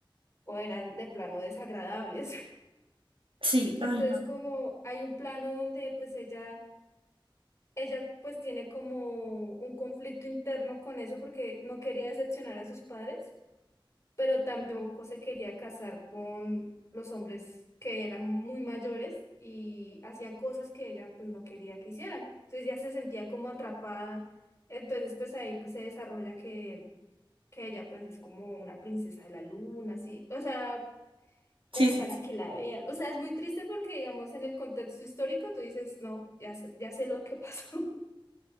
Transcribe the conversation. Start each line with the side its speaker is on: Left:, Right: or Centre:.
Left: o eran de plano desagradables. <laughs>
Right: sí,
Left: Entonces,
Right: ay, no.
Left: como hay un plano donde pues ella, ella pues tiene como un conflicto interno con eso porque no quería decepcionar a sus padres, pero tampoco se quería casar con los hombres que eran muy mayores y hacían cosas que ella pues no quería que hicieran. Entonces ya se sentía como atrapada. Entonces, pues ahí pues se desarrolla que, que ella pues es como una princesa de la luna, así. O sea, como
Right: Sí, sí,
Left: para
Right: sí.
Left: que la veas. O sea, es muy triste porque, digamos, en el contexto histórico tú dices, no, ya sé, ya sé lo que pasó